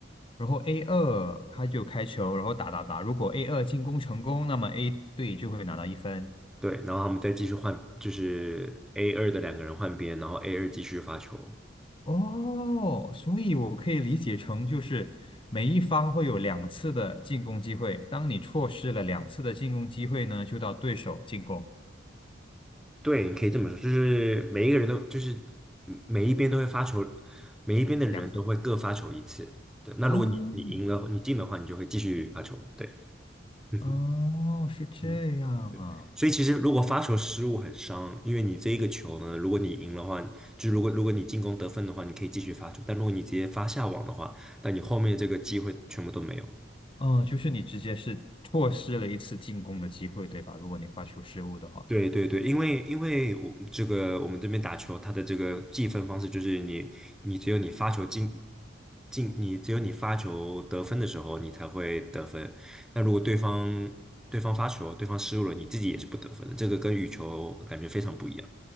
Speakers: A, on the left; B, in the centre.
A: 然后 A 二他就开球，然后打打打。如果 A 二进攻成功，那么 A 队就会拿到一分。
B: 对，然后他们再继续换，就是 A 二的两个人换边，然后 A 二继续发球。
A: 哦，所以我可以理解成就是每一方会有两次的进攻机会，当你错失了两次的进攻机会呢，就到对手进攻
B: 对，你可以这么说，就是每一个人都就是嗯每一边都会发球，每一边的人都会各发球一次。
A: 两次
B: 对，那如果你你赢了，
A: 啊。
B: 你进的话，你就会继续发球。对，嗯哼，
A: 哦，是这样啊。
B: 嗯。所以其实如果发球失误很伤，因为你这一个球呢，如果你赢的话，就是如果如果你进攻得分的话，你可以继续发球；但如果你直接发下网的话，那你后面这个机会全部都没有。
A: 嗯，就是你直接是错失了一次进攻的机会，对吧？如果你发球失误的话。
B: 对对对，因为因为我这个我们这边打球，它的这个计分方式就是你你只有你发球进进，你只有你发球得分的时候，你才会得分。那如果对方对方发球，对方失误了，你自己也是不得分的。这个跟羽球感觉非常不一样。